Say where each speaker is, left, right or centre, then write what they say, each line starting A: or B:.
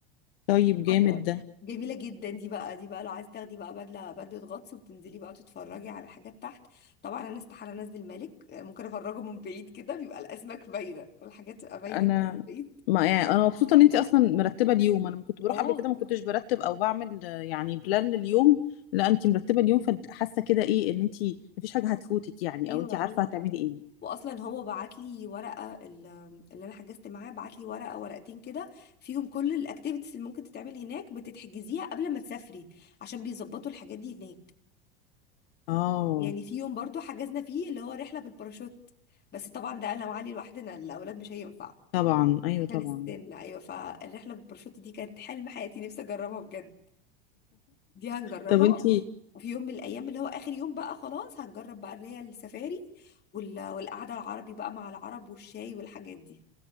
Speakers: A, on the left (about 70°); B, on the left (about 35°).
A: طيب جامد
B: حاجة
A: ده
B: جميلة جدا دي بقى دي بقى لو عايز تاخدي بقى بدلة بدلة غطس وبتنزلي بقى تتفرجي على الحاجات تحت طبعا انا استحالة انزل مالك ممكن افرجه من بعيد كده بيبقى الاسماك باينة والحاجات تبقى باينة
A: انا
B: كده من بعيد
A: ما يعني انا مبسوطه ان انت اصلا مرتبه اليوم انا كنت بروح
B: اه
A: قبل كده ما كنتش برتب او بعمل آه، يعني بلان لليوم لا انت مرتبه اليوم فحاسه كده ايه ان انت مفيش حاجه هتفوتك يعني
B: ايوه
A: او انت عارفه
B: ايوه
A: هتعملي ايه
B: واصلا هو بعت لي ورقه ال- اللي انا حجزت معاه بعت لي ورقه ورقتين كده فيهم كل الاكتيفيتيز اللي ممكن تتعمل هناك بتتحجزيها قبل ما تسافري عشان بيظبطوا الحاجات دي هناك
A: اه
B: يعني في يوم برضو حجزنا فيه اللي هو رحله بالباراشوت بس طبعا ده انا وعلي لوحدنا الاولاد مش هينفع
A: طبعا ايوه
B: عشان
A: طبعا
B: السن ايوه فالرحله بالباراشوت دي كانت حلم حياتي نفسي اجربها بجد دي هنجربها
A: طب انت
B: وفي يوم من الايام اللي هو اخر يوم بقى خلاص هنجرب بقى اللي هي السفاري وال- والقعده العربي بقى مع العرب والشاي والحاجات دي